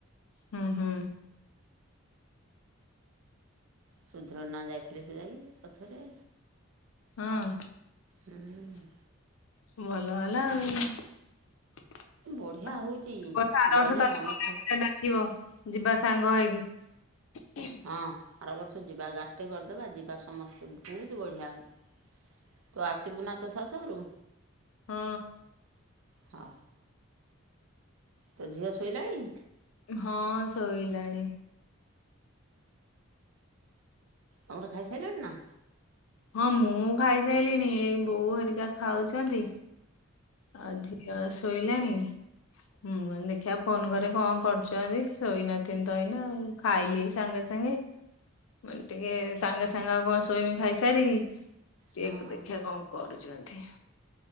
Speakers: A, on the left (about 75°); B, on the right (about 80°).
A: ହୁଁ ହୁଁ।
B: ସୁଧୀରନା ଯାଇଥିଲେ ସେ ଯାଇକି ପଛରେ।
A: ହଁ।
B: ହୁଁ
A: ଭଲ ହେଲା ଆଉ। ବର୍ଷା
B: ବଢ଼ିଆ ହେଉଛି
A: ଆର
B: ଗନେ
A: ବର୍ଷ ତାହେଲେ
B: ମନ
A: ଗଲେ
B: ଥାଏ
A: <unintelligible> ଡାକିବ। ଯିବା ସାଙ୍ଗ ହେଇକି।
B: ହଁ ଆର ବର୍ଷ ଯିବା ଗାଟେ କରିଦବା ଯିବା ସମସ୍ତେ ଭୋଉତ ବଢ଼ିଆ ହୋଉଛି। ତୁ ଆସିବୁ ନା ତୋ ଶାଶୁଘରୁ?
A: ହୁଁ।
B: ହ। ତୋ ଝିଅ ଶୋଇଲାଣି?
A: ହଁ ଶୋଇଲାଣି।
B: ତମର ଖାଇସାଇଲାଣି ନା?
A: ହଁ ମୁଁ ଖାଇସାଇଲିଣି ଏଇ ବୋଉ ହେରିକା ଖାଉଛନ୍ତି। ଆ ଝିଅ ଶୋଇଲାଣି। ମୁଁ କଇନି ଦେଖିଆ ଫୋନ କରେ କଣ କରୁଛନ୍ତି ଶୋଇନଥିନି ତ ଏଇନା ଖାଇଲି ଏଇ ସାଙ୍ଗେ ସାଙ୍ଗେ ମାନେ ଟିକେ ସାଙ୍ଗେ ସାଙ୍ଗ ଆଉ କଣ ଶୋଇମି ଖାଇସାରିକି, କେକ୍
B: ହଁ
A: ଦେଖିଆ କଣ କରୁଛନ୍ତି?